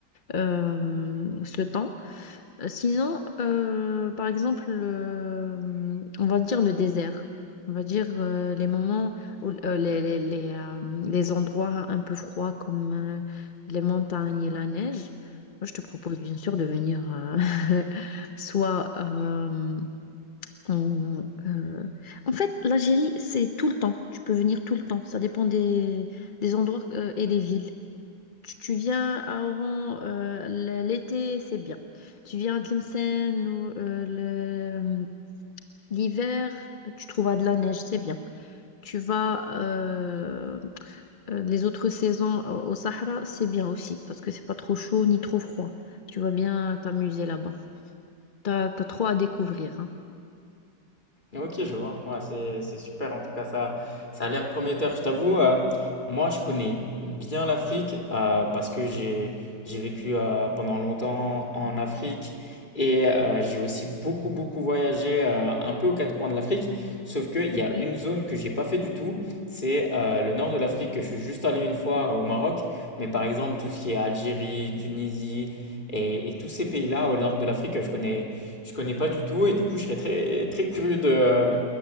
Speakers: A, on the left; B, on the left.
A: euh, ce temps. Sinon, euh, par exemple, euh, on va dire le désert. On va dire euh, les moments où euh, les, les, les, euh, les endroits un peu froids comme euh, les montagnes et la neige. Moi, je te propose bien sûr de venir euh, <laughs> soit euh, en, euh, en fait, l'Algérie, c'est tout le temps. Tu peux venir tout le temps. Ça dépend des, des endroits euh, et des villes. Tu, tu viens à Oran euh, l- l'été, c'est bien. Tu viens à Tlemcen ou euh, le- euh, l'hiver, tu trouveras de la neige, c'est bien. Tu vas euh, euh, les autres saisons euh, au Sahara, c'est bien aussi parce que c'est pas trop chaud ni trop froid. Tu vas bien t'amuser là-bas. T'as, t'as trop à découvrir. hein.
B: Ok, je vois. Ouais, c'est c'est super. En tout cas, ça, ça a l'air prometteur. Je t'avoue, euh, moi, je connais bien l'Afrique euh, parce que j'ai j'ai vécu euh, pendant longtemps en Afrique et euh, j'ai aussi beaucoup beaucoup voyagé euh, un peu aux quatre coins de l'Afrique. Sauf qu'il y a
A: Oui.
B: une zone que j'ai pas fait du tout, c'est euh, le nord de l'Afrique. Je suis juste allé une fois euh, au Maroc, mais par exemple tout ce qui est Algérie, Tunisie et, et tous ces pays-là au nord de l'Afrique, je connais. Je connais pas du tout et du coup, je serais très, très curieux de,